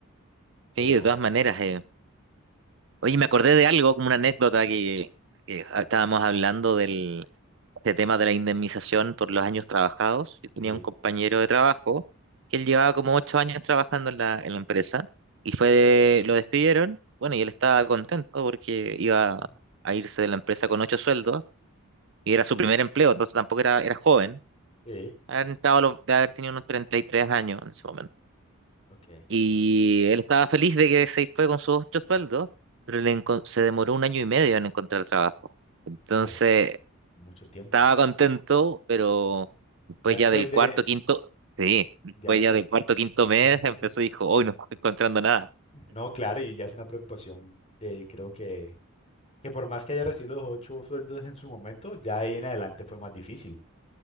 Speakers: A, on the right; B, on the left.
A: sí,
B: Pero
A: de todas maneras. eh, Oye, me acordé de algo, como una anécdota que, que estábamos hablando del este tema de la indemnización por los años trabajados. Yo tenía
B: sí,
A: un compañero de trabajo que él llevaba como ocho años trabajando en la, en la empresa y fue de- lo despidieron. Bueno, y él estaba contento porque iba
B: <laughs>
A: a irse de la empresa con ocho sueldos y era su primer empleo, entonces tampoco era, era joven.
B: sí,
A: Había entrado a los- de haber tenido unos 33 años en ese momento.
B: ok.
A: Y él estaba feliz de que se fue con sus ocho sueldos, pero le encon- se demoró un año y medio en encontrar trabajo. Entonces,
B: Pues mucho tiempo.
A: estaba contento, pero después
B: Ya después
A: ya del
B: de,
A: cuarto, quinto, sí, después
B: ya después,
A: ya del cuarto, quinto mes
B: <laughs>
A: empezó y dijo, hoy no estoy encontrando nada.
B: no, claro, y ya fue una preocupación que creo que, que por más que haya recibido los ocho sueldos en su momento, ya ahí en adelante fue más difícil,